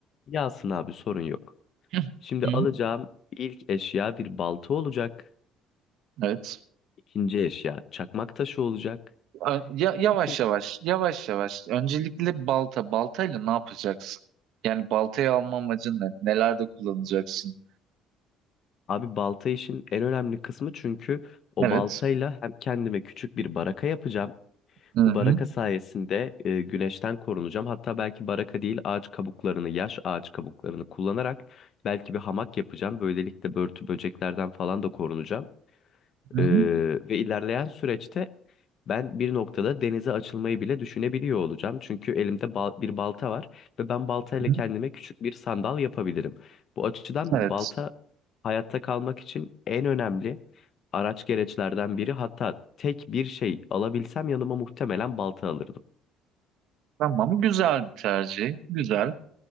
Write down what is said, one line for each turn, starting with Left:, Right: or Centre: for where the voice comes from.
Left: Yağsın abi sorun yok.
Right: Hı
Left: Şimdi
Right: hı.
Left: alacağım ilk eşya bir balta olacak.
Right: Evet.
Left: İkinci eşya çakmak taşı olacak.
Right: A- Ya, yavaş
Left: Üçüncü.
Right: yavaş, yavaş yavaş. Öncelikle balta. Baltayla ne yapacaksın? Yani baltayı alma amacın ne? Nelerde kullanacaksın?
Left: Abi balta işin en önemli kısmı çünkü o
Right: Evet.
Left: baltayla hem kendime küçük bir baraka yapacağım.
Right: Hı hı.
Left: Bu baraka sayesinde e, güneşten korunacağım. Hatta belki baraka değil ağaç kabuklarını, yaş ağaç kabuklarını kullanarak belki bir hamak yapacağım. Böylelikle börtü böceklerden falan da korunacağım.
Right: Hı
Left: Ee,
Right: hı.
Left: ve ilerleyen süreçte ben bir noktada denize açılmayı bile düşünebiliyor olacağım. Çünkü elimde bal- bir balta var ve ben baltayla
Right: Hı hı.
Left: kendime küçük bir sandal yapabilirim. Bu açıdan
Right: Evet.
Left: balta hayatta kalmak için en önemli araç gereçlerden biri. Hatta tek bir şey alabilsem yanıma muhtemelen balta alırdım.
Right: Tamam. Güzel bir tercih. Güzel.